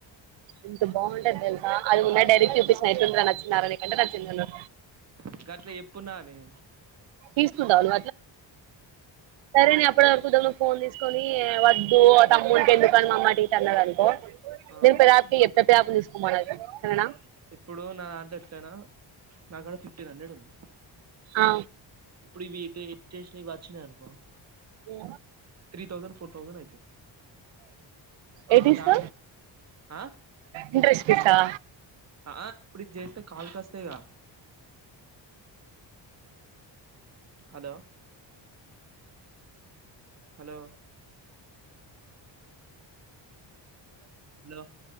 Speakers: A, on the right; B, on the right.
A: ఎంత బాగుంటది తెలుస అది ఉన్నా డైరక్ చూపి స్తుంద్రచ్చ ఇరది గంట రాచ్చిందల
B: ఇంక అట్లా ఎప్పున్నా న
A: తీస్తుదాలు సరే ఇప్పటివరకు ఉదమం ఫోన్ తీసుకొని వద్దు ఆ తమ్ములకి ఎందుకు మామా టీట అన్నారు అనుకో
B: ఆ
A: మీరు పిదార్కి ఎప్పుడు బ్యాప్ తీసుకుకోమ సరేనా
B: ఇప్పుడు నా అంట ఎప్పనా నాకుడ ఫిఫ్టీన్ హండ్రెడ్ ఉంది
A: ఆ
B: ఇటు ఇష పచ్చిన ఎనుకు
A: ఏ
B: త్ర తౌజడ్ ఫోర్ తౌజడ్ అయితది
A: ఏట్స్
B: దాంట్లో ఆ
A: ఇంట్రెస్ట్ సా
B: ఆ ఇప్పుడు చేస్తే కాలుకిస్తేగా హలో హలో హలో